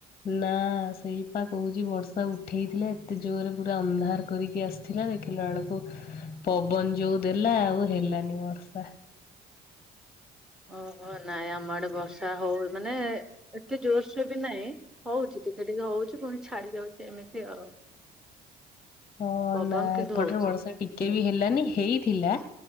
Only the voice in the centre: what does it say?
ଅ ହ ନାଇଁ ଆମ ଆଡେ ବର୍ଷା ହଉ ମାନେ ଏତେ ଜୋରସୋର ବି ନାଇଁ ହଉଛି ଟିକେ ଟିକେ ଟିକେ ହଉଛି ପୁଣି ଛାଡି ଯାଉଛି ଏମିତି ଆଉ।
ପବନ
କିନ୍ତୁ
ହଉଛି